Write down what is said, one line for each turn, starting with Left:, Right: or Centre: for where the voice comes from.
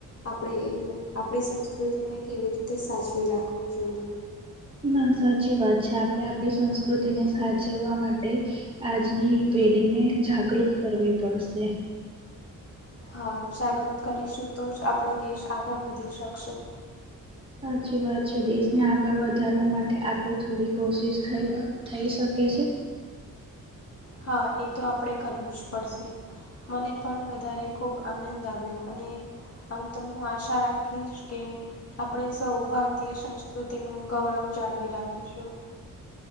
Left: આપણે એ આપણી સંસ્કૃતિને કેવી રીતે સાચવી રાખવી જોઈએ
Right: ના સાચી વાત છે, આપણે આપણી સંસ્કૃતિને સાચવવા માટે આજની પેઢીને જાગૃત કરવી પડશે
Left: હા જાગૃત કરીશું તો જ આપણો દેશ આગળ વધી શકશે
Right: સાચી વાત છે, દેશને આગળ વધારવા માટે આપડી થોડી કોશિશ થઈ ર થઈ શકે છે.
Left: હા એ તો આપણેે કરવું જ પડશે મને પણ વધારે ખૂબ આનંદ આવ્યો અને આમ તો હું આશા રાખીશ કે આપણે સૌ ભારતીય સંસ્કૃતિનું ગૌરવ જાળવી રાખીશું